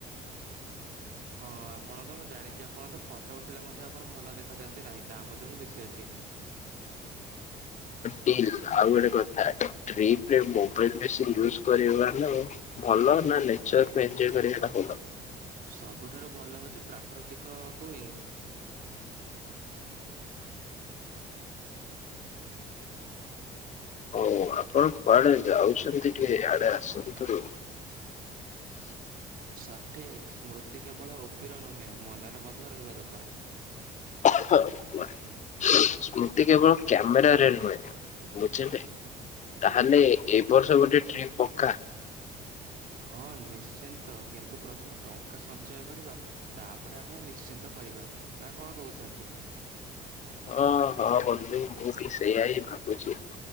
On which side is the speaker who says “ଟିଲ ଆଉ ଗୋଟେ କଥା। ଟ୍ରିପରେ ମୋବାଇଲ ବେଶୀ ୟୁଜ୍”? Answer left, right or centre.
Left